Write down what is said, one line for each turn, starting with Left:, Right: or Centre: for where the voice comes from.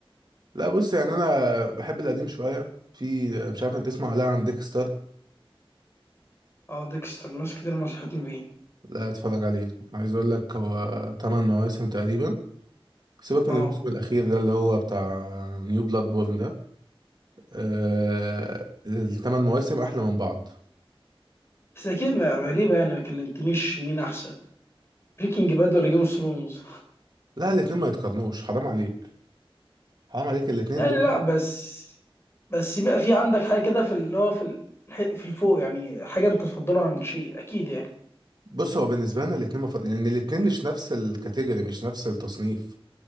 Right: لا بص يعني انا بحب القديم شوية في مش عارف انت تسمع ولا لا عن ديكستر
Left: اه ديكستر ناس كتير نصحتني بيه
Right: لا اتفرج عليه عايز اقول لك هو 8 مواسم تقريبا سيبك من
Left: اه
Right: الموسم الاخير ده اللي هو بتاع نيو بلاد بورن ده آه الثمان مواسم احلى من بعض
Left: بس اكيد ما- غريبه يعني ما كلمتنيش مين احسن بريكنج باد ولا جيم اوف ثرونز
Right: لا الاتنين ما يتقارنوش حرام عليك حرام عليك الاتنين
Left: يعني
Right: دول
Left: لا بس بس يبقى في عندك حاجه كده في اللي هو في ال- الح- في الفوق يعني حاجه انت تفضلها عن شيء اكيد يعني
Right: بص هو بالنسبه لنا الاثنين مف... لان الاثنين مش نفس الكاتيجوري مش نفس التصنيف